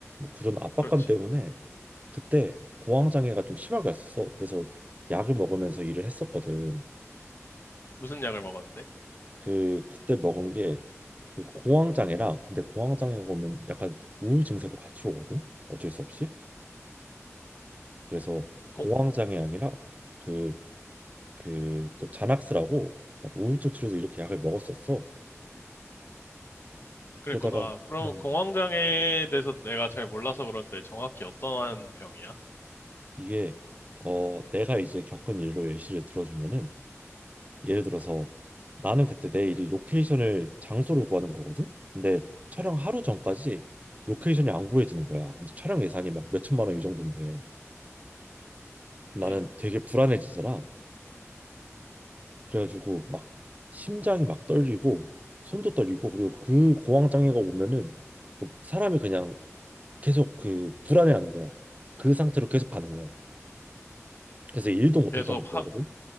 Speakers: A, on the right; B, on the left.
A: 그런 압박감
B: 그렇지.
A: 때문에 그때 공황장애가 좀 심하게 왔었어. 그래서 약을 먹으면서 일을 했었거든.
B: 무슨 약을 먹었는데?
A: 그 그때 먹은 게 그 공황장애랑 근데 공황장애가 오면 약간 우울 증세도 같이 오거든 어쩔 수 없이 그래서
B: 공,
A: 공황장애 약이랑 그 그 또 자낙스라고 약간 우울증 치료제 이렇게 약을 먹었었어
B: 그랬구나.
A: 그러다가
B: 그럼
A: 음,
B: 공황장애에 대해서 내가 잘 몰라서 그런데 정확히 어떠한 병이야?
A: 이게 어 내가 이제 겪은 일로 예시를 들어주면은 예를 들어서 나는 그때 내 일이 로케이션을 장소를 구하는 거거든 근데 촬영 하루 전까지 로케이션이 안 구해지는 거야 근데 촬영 예산이 막 몇천만 원 이 정도인데 나는
B: 음,
A: 되게 불안해지더라. 그래가지고 막 심장이 막 떨리고 손도 떨리고 그리고 그 공황 장애가 오면은 뭐 사람이 그냥 계속 그 불안해하는 거야. 그 상태로 계속 가는 거야. 그래서 일도 못할
B: 계속
A: 정도거든.
B: 하,